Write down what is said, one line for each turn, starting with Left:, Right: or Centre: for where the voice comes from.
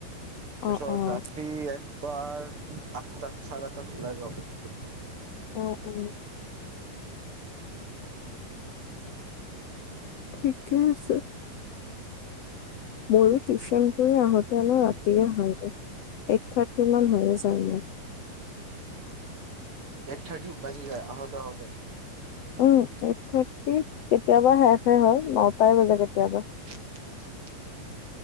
Right: পিছত
Left: অ', অ'।
Right: ৰাতি একবাৰ আঠটাত চাৰে আঠটাত ওলাই যাও।
Left: অ অ ঠিকে আছে মোৰো টিউচন আহোতে আ ৰাতিয়ে হয় গ এইট থাৰ্টি মান হয় যাই ম
Right: এইট থাৰ্টি উকলি যায় আহতে আহতে
Left: উম এইট থাৰ্টি কেতিয়াবা শেষ হয় নটাই বাজে কেতিয়াবা
Right: উম